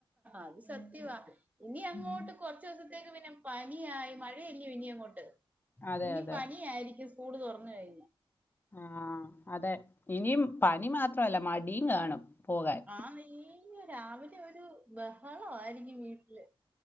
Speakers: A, on the right; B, on the left.
A: അത് സത്യവാ ഇനി അങ്ങോട്ട്
B: ഉം.
A: കൊറച്ച ദിവസത്തേക്ക് പിന്നെ പനിയായി മഴയല്ലയൊ ഇനി അങ്ങോട്ട്
B: അതെ
A: ഇനി
B: അതെ
A: പനി ആയിരിക്കും സ്കൂള് തൊറന്നു കഴിഞ്ഞ
B: ആഹ് അതെ ഇനി പനി മാത്രല്ല മടിയും കാണും പോകാൻ
A: ആന്ന് ഈ രാവിലെ ഒരു ബഹള ആയിരിക്കും വീട്ടില്